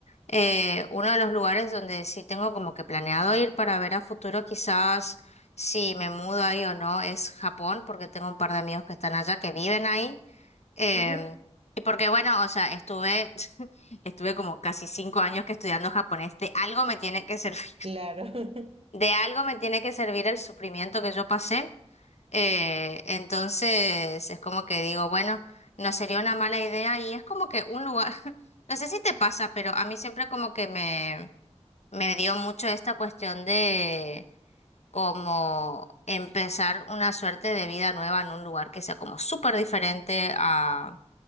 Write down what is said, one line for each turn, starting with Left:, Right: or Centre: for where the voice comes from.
Left: Eh, uno de los lugares donde sí tengo como que planeado ir para ver a futuro, quizás si me mudo ahí o no, es Japón, porque tengo un par de amigos que están allá, que viven ahí. Em,
Right: ujú.
Left: y porque bueno, o sea, estuve, <laughs> estuve como casi cinco años que estudiando japonés, de algo me tiene que servir,
Right: Claro, <laughs>
Left: <laughs> de algo me tiene que servir el sufrimiento que yo pasé. Eh, entonces es como que digo, bueno, no sería una mala idea y es como que un lugar, <laughs> no sé si te pasa, pero a mí siempre como que me, me dio mucho esta cuestión de como empezar una suerte de vida nueva en un lugar que sea como súper diferente a